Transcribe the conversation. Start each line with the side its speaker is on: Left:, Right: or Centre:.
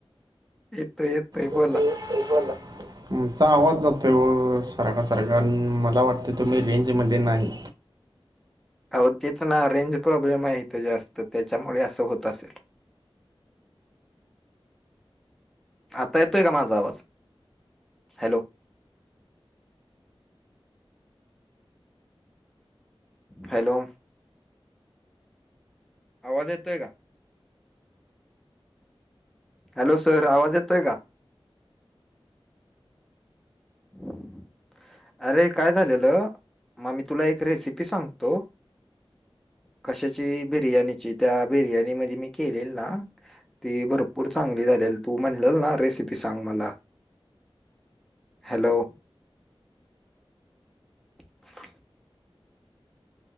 Centre: येतोय
Right: येतोय
Centre: बोला.
Right: येतोय बोला. तुमचा आवाज जातोय ओ सारखा-सारखा अन् मला वाटतं तुम्ही रेंजमध्ये नाही.
Centre: आओ तेच ना रेंज प्रॉब्लेम आहे इथं जास्त त्याच्यामुळे असं होत असेल. आता येतोय का माझा आवाज? हॅलो हॅलो आवाज येतोय का? हॅलो! सर आवाज येतोय का? <unintelligible> अरे! काय झालेलं मग मी तुला एक रेसिपी सांगतो. कशाची बिर्याणीची त्या बिर्याणी मधी मी केलेली ना. ती भरपूर चांगली झालेली, तू म्हणलेल ना रेसिपी सांग मला. हॅलो! <unintelligible>